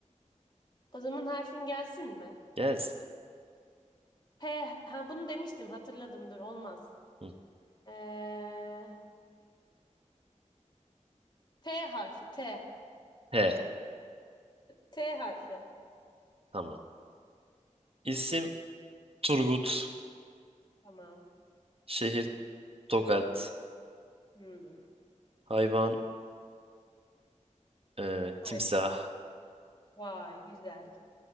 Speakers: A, on the left; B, on the right.
A: O zaman harfin gelsin mi?
B: Gelsin.
A: P. Ha bunu demiştim hatırladımdır olmaz.
B: Hı.
A: Ee, T harfi T.
B: He,
A: T harfi.
B: tamam. İsim Turgut.
A: Tamam.
B: Şehir Tokat.
A: Hmm.
B: Hayvan e,
A: Vay,
B: timsah.
A: vay güzel.